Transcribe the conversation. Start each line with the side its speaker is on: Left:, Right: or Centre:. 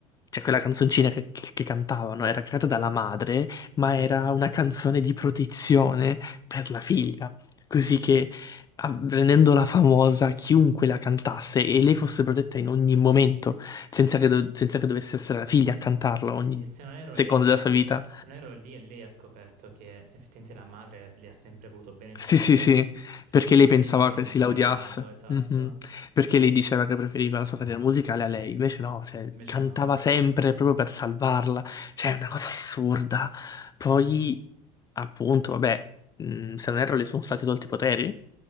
Left: Cioè, quella canzoncina che, che- che cantavano era creata dalla madre,
Right: Sì.
Left: ma era una canzone di protezione per la figlia. Così che av- rendendola famosa, chiunque la cantasse e lei fosse protetta in ogni momento, senza che, do- senza che dovesse essere la figlia a cantarla ogni
Right: Sì, E Se non ero
Left: secondo
Right: lei lì,
Left: della sua vita.
Right: se non erro lì, e lei ha scoperto che effettivamente la madre le ha sempre voluto bene, ci
Left: Sì,
Right: ha tenuto,
Left: sì, sì,
Right: perché
Left: perché
Right: fino
Left: lei
Right: a
Left: pensava
Right: prima avevano
Left: che
Right: litigato,
Left: si laureasse,
Right: esatto.
Left: Mhm. Perché lei diceva che preferiva la sua carriera musicale a lei, invece no, cioè,
Right: Invece
Left: cantava
Right: no.
Left: sempre proprio per salvarla, cioè è una cosa assurda. Poi, appunto, vabbè, mh, se non erro le sono stati tolti i poteri?